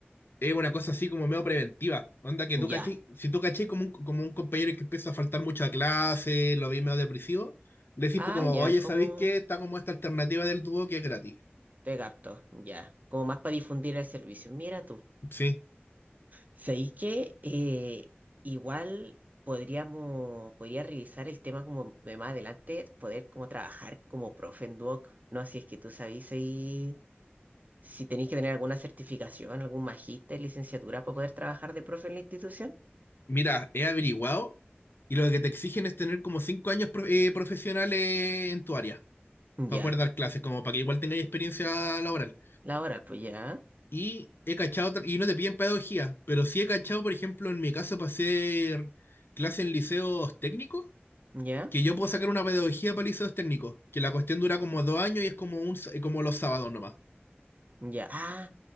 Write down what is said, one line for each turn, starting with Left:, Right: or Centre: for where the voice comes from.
Left: Es una cosa así como medio preventiva. Onda que
Right: Ya.
Left: tú cachai, si tú cachai como un, como un compañero que empieza a faltar mucha clase, lo vi medio depresivo, le decís
Right: Ah,
Left: pues como,
Right: ya,
Left: oye,
Right: es como.
Left: ¿sabéis qué? Está como esta alternativa del dúo que es gratis.
Right: Te capto, ya. Como más para difundir el servicio. Mira tú.
Left: Sí.
Right: ¿Sabéis que eh, igual podríamos, podría revisar el tema como de más adelante, poder como trabajar como profe en Duoc? No, si es que tú sabéis si si tenéis que tener alguna certificación, algún magíster, licenciatura para poder trabajar de profe en la institución.
Left: Mira, he averiguado y lo que te exigen es tener como cinco años pro- eh, profesionales en tu área para
Right: Ya,
Left: poder dar clases, como para que igual tengáis experiencia laboral.
Right: la hora, pues ya,
Left: Y he cachado, otra- y no te piden pedagogía, pero sí he cachado, por ejemplo, en mi caso para hacer clases en liceos técnicos,
Right: ya,
Left: que yo puedo sacar una pedagogía para liceos técnicos, que la cuestión dura como dos años y es como, un, s- como los sábados nomás.
Right: ya. Ah,